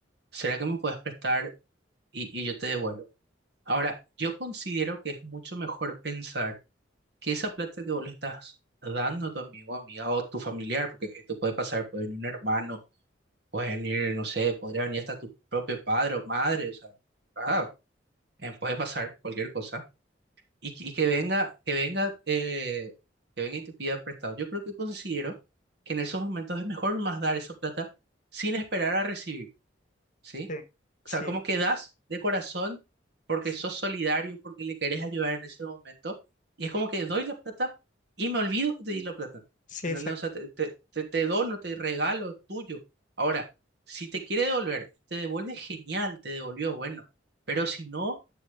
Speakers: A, on the right; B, on the left.
A: ¿Será que me puedes prestar? Y, y yo te devuelvo. Ahora, yo considero que es mucho mejor pensar que esa plata que vos le estás dando a tu amigo, amiga o tu familiar, porque esto puede pasar, puede venir un hermano, puede venir, no sé, podría venir hasta tu propio padre o madre, o sea, ah, eh, puede pasar cualquier cosa Y, que- y que venga, que venga, eh, que venga y te pida prestado. Yo creo que considero que en esos momentos es mejor más dar esa plata sin esperar a recibir, ¿sí?
B: sí,
A: O
B: sí,
A: sea, como que das de corazón porque
B: sí,
A: sos solidario, porque le querés ayudar en ese momento. Y es como que doy la plata y me olvido que te di la plata.
B: sí,
A: ¿Entendés?
B: exactamente.
A: O sea, te, te, te, te dono, te regalo, es tuyo. Ahora, si te quiere devolver, te devuelve genial, te devolvió, bueno. Pero si no